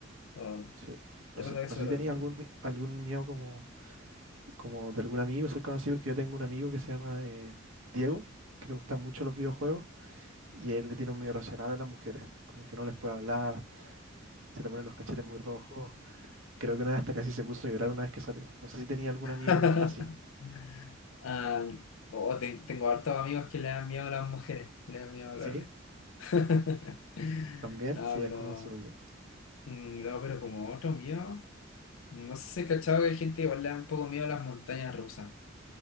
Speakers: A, on the left; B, on the right.
A: oh,
B: Sí. No
A: es
B: sé,
A: verdad que
B: no
A: soy
B: sé si
A: horrible,
B: tenía algún,
A: pero-
B: mi- algún miedo como, como de algún amigo ser conocido, porque yo tengo un amigo que se llama eh, Diego, que le gustan mucho los videojuegos, y él le tiene un miedo irracional a las mujeres, como que no les puede hablar, se le ponen los cachetes muy rojos. Creo que una vez hasta casi se puso a llorar una vez que salió. No sé si tenía algún amigo
A: <laughs>
B: así.
A: Ah, oh, te- tengo hartos amigos que le dan miedo a las mujeres, le dan miedo a hablarle.
B: ¿Sí?
A: <laughs>
B: ¿También?
A: No,
B: Sí,
A: pero,
B: es como un sueño.
A: mm, no, pero como otro miedo, no sé si he cachado que hay gente que igual le da un poco miedo a las montañas rusas.